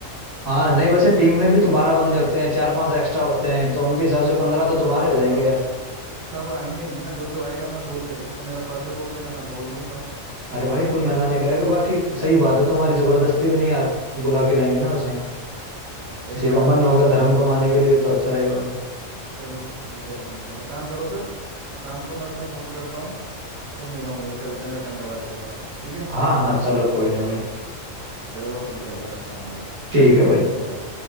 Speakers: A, on the right (about 70°); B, on the right (about 85°).
A: हाँ नहीं वैसे टीम में भी तो बारह बंदे होते हैं चार पांच एक्स्ट्रा होते हैं तो उनके हिसाब से पंद्रह तो
B: अरे
A: तुम्हारे
B: तो सब
A: हो जाएंगे
B: सब
A: यार
B: सब आएंगे नहीं ना जो जो आएगा मैं बोल के देख लूंगा मेरा फर्ज है बोलने का मैं बोल दूंगा अब
A: अरे भाई
B: आए नहीं
A: कोई
B: आए
A: मना
B: यार उनके
A: नहीं
B: ऊपर
A: करेगा
B: ही-
A: बाकी सही बात है तुम्हारी जबरदस्ती भी नहीं आ, बुला के लाएंगे ना उसे
B: हाँ सही
A: किसी
B: बात
A: का मन
B: है
A: होगा धर्म कमाने के लिए तो अच्छा रहेगा भाई
B: चलो ये कर लेंगे एक काम करो फिर शाम को मैं तुम्हें फ़ोन करता हूँ तुम मिलो मुझे चलते हैं जरा टेंट वाले के पास ठीक है
A: हाँ हाँ चलो कोई नहीं भाई
B: चलो ठीक है भाई रखता हूँ मैं
A: ठीक है भाई
B: बाय